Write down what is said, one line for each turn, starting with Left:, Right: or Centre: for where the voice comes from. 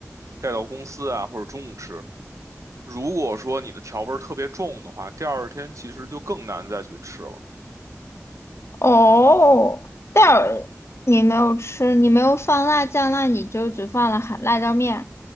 Right: 带到公司啊，或者中午吃。如果说你的调味儿特别重的话，第二天其实就更难再去吃了。
Left: 哦，但你没有吃，你没有放辣酱，那你就只放了韩辣椒面，